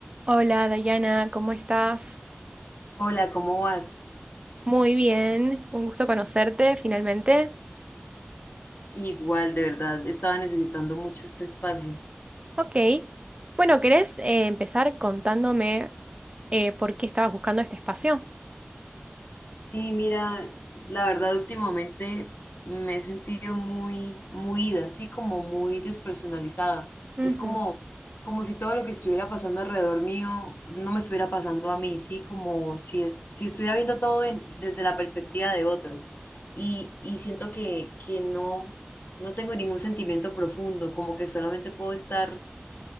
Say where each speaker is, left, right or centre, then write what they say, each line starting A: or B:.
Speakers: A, on the right; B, on the left.
A: Hola Dayana, ¿cómo estás?
B: Hola, ¿cómo vas?
A: Muy bien, un gusto conocerte finalmente.
B: Igual, de verdad, estaba necesitando mucho este espacio.
A: Ok, bueno, ¿querés eh, empezar contándome eh, por qué estabas buscando este espacio?
B: Sí, mira, la verdad últimamente me he sentido muy, muy ida, así como muy despersonalizada.
A: Ujú,
B: Es como, como si todo lo que estuviera pasando alrededor mío no me estuviera pasando a mí, sí, como si es, si estuviera viendo todo en- desde la perspectiva de otro. Y, y siento que, que no, no tengo ningún sentimiento profundo, como que solamente puedo estar